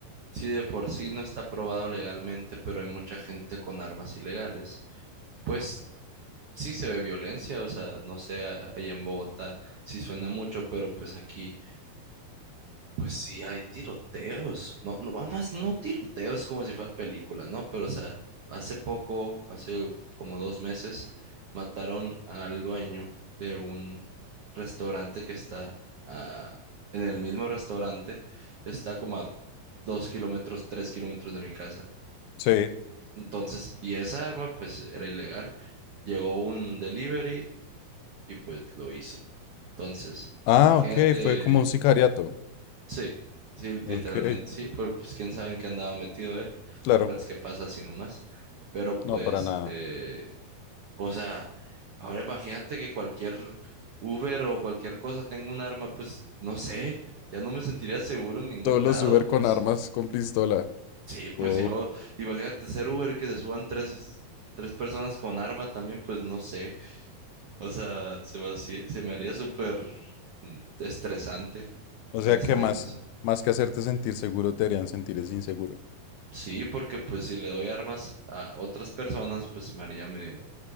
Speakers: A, on the right; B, on the left.
A: si de por sí no está aprobado legalmente, pero hay mucha gente con armas ilegales, pues sí se ve violencia, o sea, no sé, a- allá en Bogotá sí suena mucho, pero pues aquí Pues sí, hay tiroteos. No, no, no, es- no tiroteos como si fuera película, ¿no? Pero, o sea, hace poco, hace como dos meses, mataron al dueño de un restaurante que está ah, en el mismo restaurante, está como a dos kilómetros, tres kilómetros de mi casa.
B: Sí.
A: Entonces, y esa arma, pues, era ilegal. Llegó un delivery y pues lo hizo. Entonces,
B: Ah,
A: imagínate.
B: ok, fue como un sicariato.
A: Sí, sí, literalmente
B: Ok,
A: sí, pero pues quién sabe en qué andaba metido él,
B: claro.
A: no creas que pasa así nomás, pero
B: No,
A: pues,
B: para nada.
A: eh, o sea, ahora imagínate que cualquier Uber o cualquier cosa tenga un arma, pues no sé, ya no me sentiría seguro en ningún
B: Todos los
A: lado,
B: Uber
A: pues
B: con armas, con pistola.
A: sí, pues
B: co-
A: y luego, imagínate ser Uber que se suban tres, tres personas con arma también, pues no sé, o sea, se me, haci- se me haría súper mm, estresante
B: O sea
A: pensar
B: que más,
A: en eso.
B: más que hacerte sentir seguro, te harían sentir es inseguro.
A: Sí, porque pues si le doy armas a otras personas, pues se me haría medio